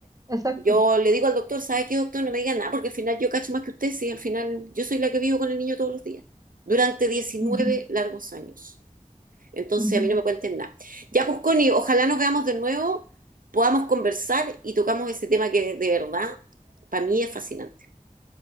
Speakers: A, on the right; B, on the right.
A: exacto.
B: Yo le digo al doctor, ¿sabe qué, doctor? No me diga nada, porque al final yo cacho más que usted, sí, al final yo soy la que vivo con el niño todos los días, durante diecinueve
A: Ujú,
B: largos años. Entonces
A: ujú.
B: a mí no me cuenten nada. Ya, pues Connie, ojalá nos veamos de nuevo, podamos conversar y tocamos ese tema que de, de verdad para mí es fascinante.